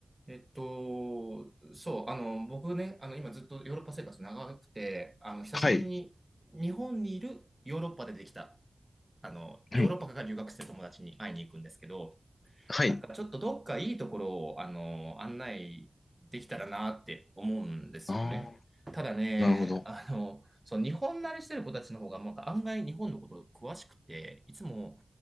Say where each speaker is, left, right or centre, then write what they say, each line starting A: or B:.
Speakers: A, on the right (about 15°); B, on the left (about 50°).
A: えっと、そう、あの、僕ね、あの、今ずっとヨーロッパ生活長くて、あの、久しぶりに日本にいるヨーロッパでできた、
B: はい。
A: あの、ヨーロッパから留学してる友達に会いに行くんですけど、
B: はい。はい。
A: なんかちょっとどっかいいところを、あの、案内できたらなって思うんですよね。
B: ああ、
A: ただね、
B: なるほど。
A: あの、そう、日本慣れしてる子たちの方が、なんか案外日本のこと詳しくて、いつも、